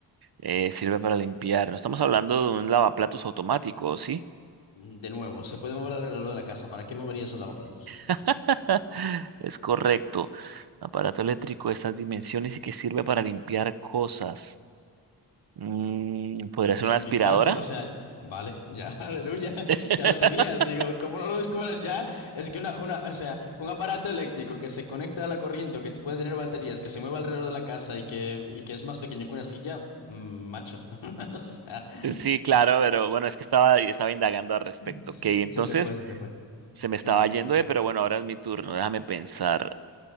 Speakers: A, on the right (about 55°); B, on the left (about 70°).
A: Eh, sirve para limpiar. No estamos hablando de un lavaplatos automático, ¿sí?
B: De nuevo, se puede mover alrededor de la casa. ¿Para qué moverías un lavaplatos?
A: <laughs> Es correcto. Aparato eléctrico de estas dimensiones y que sirve para limpiar cosas. Mm, ¿podría
B: Es
A: ser una
B: muy
A: aspiradora?
B: fácil, o sea, vale, ya, <laughs> aleluya,
A: <laughs>
B: ya lo tenías. Digo, ¿cómo no lo descubras ya? Es que una, una, o sea, un aparato eléctrico que se conecta a la corriente o que puede tener baterías, que se mueve alrededor de la casa y que, y que es más pequeño que una silla, mm, macho. <laughs> O sea, <laughs>
A: Sí, claro, pero bueno, es que estaba, estaba indagando al respecto.
B: se,
A: Ok, entonces,
B: se te fue, se te fue.
A: Se me estaba
B: Venga,
A: yendo, eh, pero bueno, ahora es mi turno, déjame pensar.